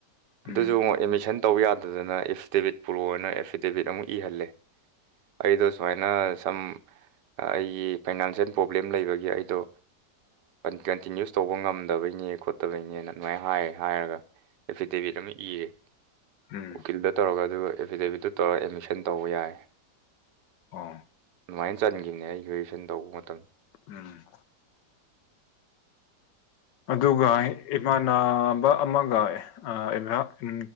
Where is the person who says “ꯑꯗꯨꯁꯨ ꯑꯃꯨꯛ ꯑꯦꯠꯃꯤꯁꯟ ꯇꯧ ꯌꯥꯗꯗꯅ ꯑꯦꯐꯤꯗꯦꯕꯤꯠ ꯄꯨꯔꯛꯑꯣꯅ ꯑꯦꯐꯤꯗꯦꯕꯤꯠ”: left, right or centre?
Right